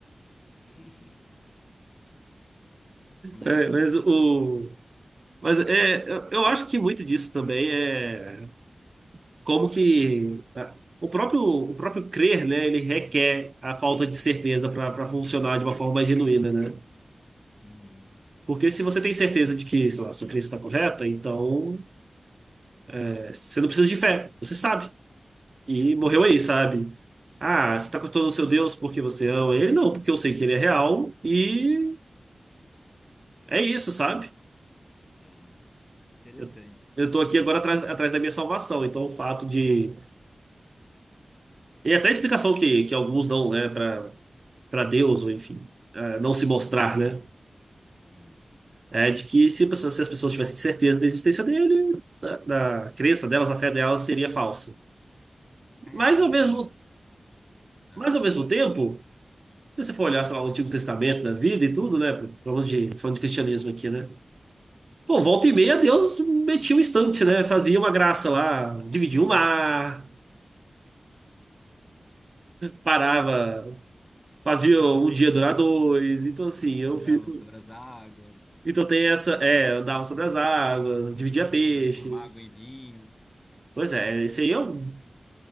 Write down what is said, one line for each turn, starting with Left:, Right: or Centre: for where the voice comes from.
Left: <laughs> É.
Right: É, mas o. Mas é, eu, eu acho que muito disso também é. como que ah, o próprio, o próprio crer, né, ele requer a falta de certeza para funcionar de uma forma mais genuína, né?
Left: Uhum.
Right: Porque se você tem certeza de que, sei lá, sua crença está correta, então é, você não precisa de fé, você sabe. E morreu
Left: Uhum.
Right: aí, sabe? Ah,
Left: Uhum.
Right: você está cotando o seu Deus porque você ama ele? Não, porque eu sei que ele é real e é isso, sabe?
Left: Uhum. Interessante.
Right: Eu, eu tô aqui
Left: Intere-
Right: agora atrás, atrás da minha salvação, então o fato de. E até a explicação que, que alguns dão, né, para para Deus, ou enfim, ah, não se mostrar, né?
Left: Hum.
Right: É de que se, pessoas- se as pessoas tivessem certeza da existência dele, da, da crença delas, a fé delas seria falsa.
Left: É,
Right: Mas
Left: tem
Right: ao
Left: algumas.
Right: mesmo,
Left: Ah,
Right: mas ao mesmo tempo, se você for olhar, sei lá, o Antigo Testamento da vida e tudo, né? Vamos de, falando de cristianismo aqui, né? Pô, volta e meia Deus metia um instante, né? Fazia uma graça lá, dividia o mar, parava, fazia um dia durar dois. Então, assim, eu
Left: andavam
Right: fico.
Left: sobre as águas,
Right: Então tem essa, é, andava sobre as águas, dividia peixe.
Left: transformar água em vinho.
Right: Pois é, isso aí é um